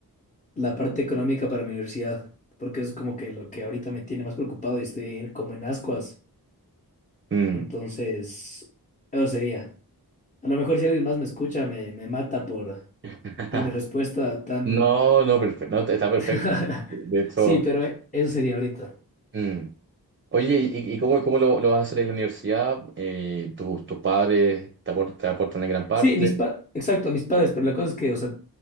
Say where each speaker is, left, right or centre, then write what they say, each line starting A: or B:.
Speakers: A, on the left; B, on the right.
A: la parte económica para mi universidad, porque es como que lo que ahorita me tiene más preocupado y estoy como en ascuas.
B: Mm.
A: Entonces, eso sería. A lo mejor si alguien más me escucha, me, me mata por,
B: <laughs>
A: por mi respuesta tan...
B: No, no, perfecto, está perfecto.
A: <laughs>
B: De hecho,
A: Sí, pero eh, eso sería ahorita.
B: mm, Oye, ¿y, y cómo, cómo lo, lo vas a hacer ahí en la universidad? Eh, ¿tus, tus padres te apor- te aportan, en gran parte?
A: Sí, mis pa... Exacto, mis padres, pero la cosa es que, o sea,